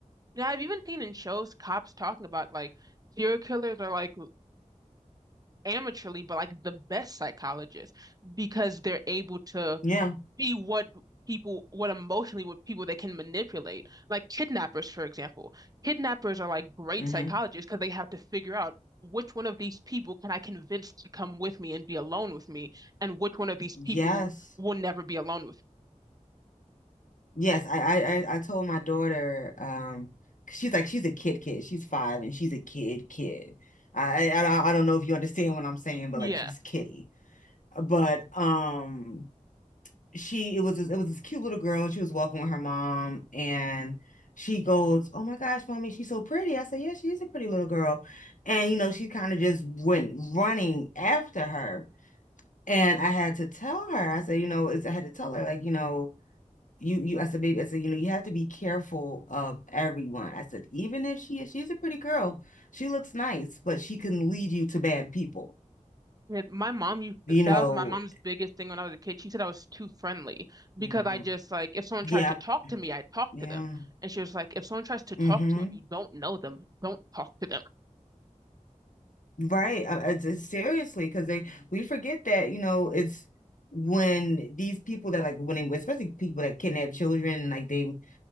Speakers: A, on the right (about 30°); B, on the left (about 75°).
A: Yeah, I've even seen in shows cops talking about like serial killers are like amateurly, but like the best psychologists because they're able to
B: yeah.
A: see what people, what emotionally, what people they can manipulate. Like kidnappers, for example. Kidnappers are like great
B: hmm
A: psychologists because they have to figure out which one of these people can I convince to come with me and be alone with me, and which one of these
B: Yes.
A: people will never be alone with
B: Yes, I I I I told my daughter, um, 'cause she's like she's a kid kid. She's five and she's a kid kid. I I I don't know if you understand what I'm saying, but
A: me.
B: like
A: Yeah.
B: she's kitty. But um, she it was this, it was this cute little girl. She was walking with her mom, and she goes, "Oh my gosh, mommy, she's so pretty." I said, "Yeah, she is a pretty little girl," and you know she kind of just went running after her, and I had to tell her. I said, "You know, it's, I had to tell her like you know." you you I said baby I said you know you have to be careful of everyone I said even if she she's a pretty girl she looks nice but she can lead you to bad people
A: Yeah, my mom used
B: you
A: to- that
B: know
A: was my mom's biggest thing when I was a kid. She said I was too friendly because
B: hmm
A: I just like if someone
B: yeah
A: tried to talk to me, I'd talk
B: yeah
A: to them. And she was like, if someone tries to talk
B: hmm
A: to you and you don't know them, don't talk to them.
B: right I, I just- seriously because they we forget that you know it's when these people that like when they especially people that kidnap children like they